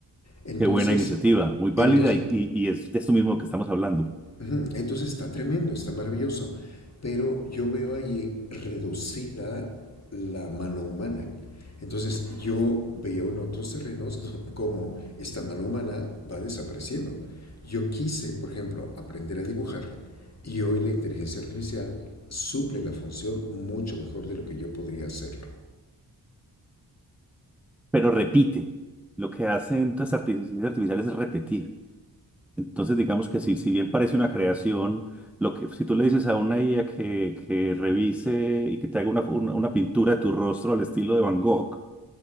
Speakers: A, on the left (about 40°); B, in the centre.
A: Entonces,
B: Qué buena iniciativa, muy válida
A: entonces
B: y, y- y es de esto mismo que estamos hablando.
A: Ujú, Entonces está tremendo, está maravilloso, pero yo veo ahí reducida la mano humana. Entonces yo veo en otros terrenos <laughs> cómo esta mano humana va desapareciendo. Yo quise, por ejemplo, aprender a dibujar y hoy la inteligencia artificial suple la función mucho mejor de lo que yo podría hacerlo.
B: Pero repite, lo que hacen las inteligencias artificiales es repetir. Entonces, digamos que si, si bien parece una creación, lo que, si tú le dices a una IA que, que revise y que te haga una, una, una pintura de tu rostro al estilo de Van Gogh,